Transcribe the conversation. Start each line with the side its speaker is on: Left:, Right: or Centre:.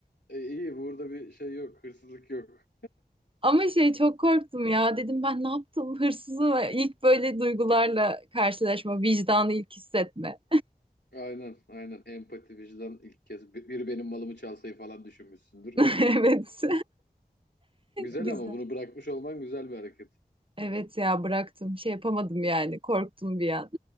Left: e, iyi burada bir şey yok. Hırsızlık yok.
Right: Ama şey çok korktum ya. Dedim ben ne yaptım <laughs> hırsızı mı? İlk böyle duygularla karşılaşma, vicdanı ilk hissetme.
Left: Aynen, aynen. Empati, vicdan ilk kez. bi- Biri benim malımı çalsayı falan düşünmüşsündür.
Right: <laughs>
Left: <laughs>
Right: Evet.
Left: Güzel
Right: <laughs> Güzel.
Left: ama bunu bırakmış olman güzel bir hareket.
Right: Evet ya bıraktım. Şey yapamadım yani. Korktum bir an.